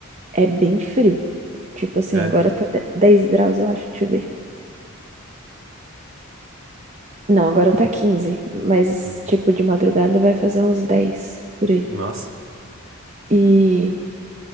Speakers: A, on the right (about 30°); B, on the right (about 60°).
A: é bem frio. Tipo assim,
B: É.
A: agora tá de- 10 graus, eu acho. Deixa eu ver. Não, agora tá quinze. mas
B: Uhum.
A: tipo de madrugada vai fazer uns 10 por aí.
B: Nossa.
A: E,